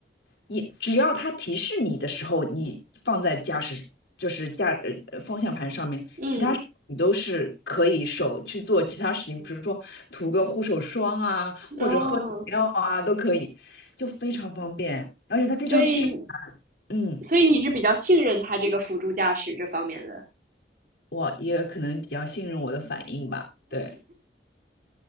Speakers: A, on the left (about 80°); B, on the right (about 45°).
A: 也只要它提示你的时候，你放在驾驶就是驾呃呃方向盘上面，
B: 嗯，
A: 你都是可以手去做其他事情，比如说涂个护手霜啊，或者喝饮料啊，
B: 哦，
A: 都可以，就非常方便，而且它非常智，
B: 所以
A: 嗯，
B: 所以你是比较信任他这个辅助驾驶这方面的。
A: 我也可能比较信任我的反应吧，对